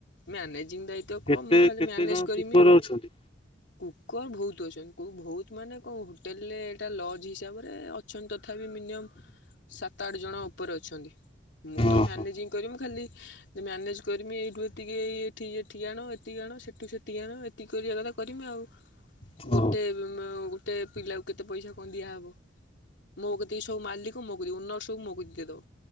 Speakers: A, on the left; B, on the left.
A: ମ୍ୟାନେଜିଂ ଦାୟିତ୍ବ
B: କେତେ
A: କଁ ମୁଁ ଖାଲି
B: କେତେ
A: ମ୍ୟାନେଜ
B: ଜଣ
A: କରିମି।
B: କୁକର ଅଛନ୍ତି?
A: କୁକର ବହୁତ ଅଛନ୍ତି ବହୁତ ମାନେ କଁ ହୋଟେଲ ରେ ଏଟା ଲଜ ହିସାବରେ। ଅଛନ୍ତି ତଥାପି ମିନିମମ୍ ସାତ ଆଠ ଜଣ ଉପରେ ଅଛନ୍ତି। ମୁଁ ତ
B: ଓହୋ
A: ମ୍ୟାନେଜିଂ କରିମି ଖାଲି ଯେ ମ୍ୟାନେଜ୍ କରିମି ଏଇଠୁ ଏତିିକି ଏଠି ଏଠି ଆଣ ଏତିକି ଆଣ ସେଠୁ ସେଠିକି ଆଣ। ସେତିକି କରିବା କଥା କରିମି ଆଉ
B: ହଉ।
A: ଗୋଟେ ଗୋଟେ ପିଲାକୁ କେତେ ପଇସା କଣ ଦିଆହବ ମୋ କେତକି ସବୁ ମାଲିକ ମୋ କତିକି ଓନର ସବୁ ମୋ କତିକି। ଦେଇଦବ